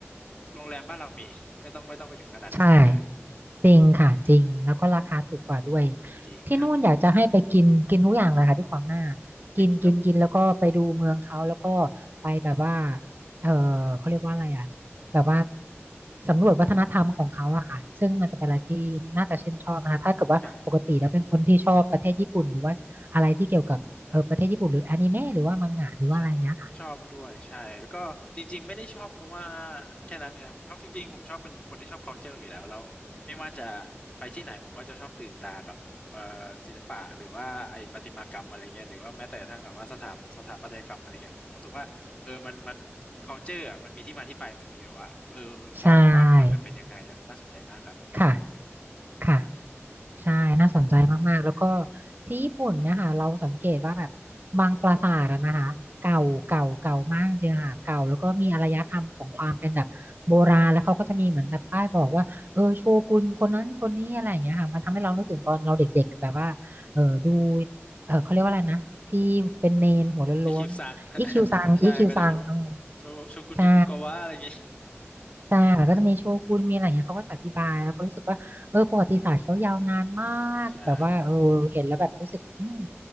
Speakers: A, on the left; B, on the right.
A: โรงแรมบ้านเรามี <laughs> ไม่ต้องไม่ต้องไปถึงขนาดนั้นก็ได้
B: ใช่จริงค่ะจริงแล้วก็ราคาถูกกว่าด้วย
A: จริงครับ
B: ที่นู่นอยากจะให้ไปกินกินทุกอย่างเลยค่ะที่ขวางหน้า
A: <laughs> จริงครับ
B: กินกินกินแล้วก็ไปดูเมืองเขาแล้วก็ไปแบบว่าเออเขาเรียกว่าอะไรอ่ะแบบว่าสำรวจวัฒนธรรมของเขาอะค่ะซึ่งมันจะเป็นอะไรที่น่าจะชื่นชอบนะคะถ้าเกิดว่าปกติแล้วเป็นคนที่ชอบประเทศญี่ปุ่นหรือว่าอะไรที่เกี่ยวกับเออประเทศญี่ปุ่นหรืออนิเมะหรือว่ามังงะหรือว่าอะไรเงี้ยค่ะ
A: ใช่ ใช่ครับชอบด้วยใช่แล้วก็จริงๆไม่ได้ชอบเพราะว่าแค่นั้นเนี่ยผมชอบจริงๆผมชอบเป็นคนที่ชอบ culture อยู่แล้วแล้วไม่ว่าจะไปที่ไหนผมก็จะชอบตื่นตากับเอ่อศิลปะหรือว่าไอ้ประติมากรรมอะไรเงี้ยหรือว่าแม้แต่กระทั่งแบบว่าสถาสถาปัตยกรรมอะไรเงี้ยผมรู้สึกว่าเออมันมัน culture อะมันมีที่มาที่ไปมันมีแบบว่าเออบอกว่าคนน่ะเป็นยังไงแล้วมันน่าสนใจมากครับ
B: ใช่ค่ะค่ะ ใช่น่าสนใจมากๆ แล้วก็ที่ญี่ปุ่นเนะคะเราสังเกตว่าแบบบางปราสาทอะนะคะเก่าเก่าเก่ามากจริงๆค่ะเก่าแล้วก็มีอารยธรรมของความเป็นแบบโบราณแล้วเขาก็จะมีเหมือนแบบป้ายบอกว่าเออโชกุนคนนั้นคนนี้อะไรอย่างเงี้ยค่ะมันทำให้เรานึกถึงตอนเราเด็กๆแบบว่าเออดูเออเขาเรียกว่าอะไรนะที่เป็นเนนหัวโล้นๆอีคิวซังอีคิวซังอืม
A: อีคิวซัง <laughs> ใช่ก็จะพูดโชโชกุนโทคุกาวะอะไรเงงี้ย
B: ใช่ ใช่ค่ะก็จะมีโชกุนมีอะไรอย่างเงี้ยเขาก็จะอธิบายแล้วก็รู้สึกว่าเออประวัติศาสตร์เขายาวนานมากแบบว่าเออเห็นแล้วแบบรู้สึกอืม
A: <laughs> ใช่